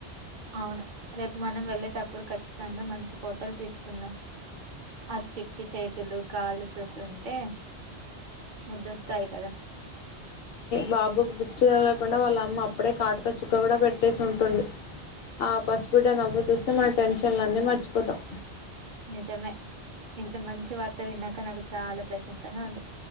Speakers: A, on the right; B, on the left.
A: అవును రేపు మనం వెళ్ళేటప్పుడు ఖచ్చితంగా మంచి ఫోటోలు తీసుకుందాం ఆ చిట్టి చేతులు కాళ్ళు చూస్తుంటే ముద్దొస్తాయి కదా
B: బాబుకు దిష్టి తగలకుండా వాళ్ళ అమ్మ అప్పుడే కాటుక చుక్క కూడా పెట్టేసి ఉంటుంది ఆ పసిబిడ్డ నువ్వు చూస్తే మన టెన్షన్లన్ని మర్చిపోతాం
A: నిజమే ఇంత మంచి వార్త విన్నాక నాకు చాలా ప్రశాంతంగా ఉంది